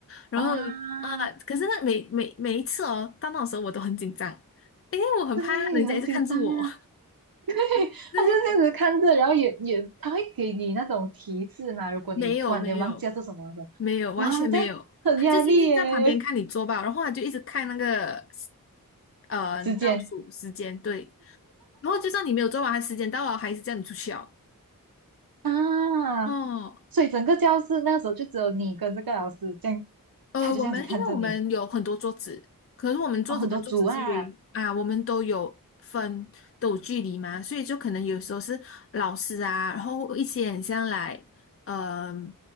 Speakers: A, on the left; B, on the right.
A: 然后啊、
B: 啊，
A: 可是那每每每一次哦，到那种时候我都很紧张，<laughs> 因为我很怕人家一直看住我。
B: 对，很紧张啊。<laughs>
A: <laughs> 对。
B: 他就是这样子看着，然后也也他会给你那种提示嘛。如果你突然间忘记要做什么的时候，
A: 没有没有没有，完全没有，
B: 哇，这样很压力耶。
A: 他就静静在旁边看你做吧，然后他就一直看那个呃倒数时间，
B: 时间
A: 对，然后就算你没有做完，他时间到了，还是叫你出去哦。
B: 啊，
A: 哦，
B: 所以整个教室那时候就只有你跟这个老师这样，
A: 呃，
B: 他就这样子看着你。
A: 我们因为我们有很多桌子，可是我们桌子跟桌子距离啊，
B: 哦，很多组啊，
A: 我们都有分都有距离嘛，所以就可能有时候是老师啊，然后一些很像来呃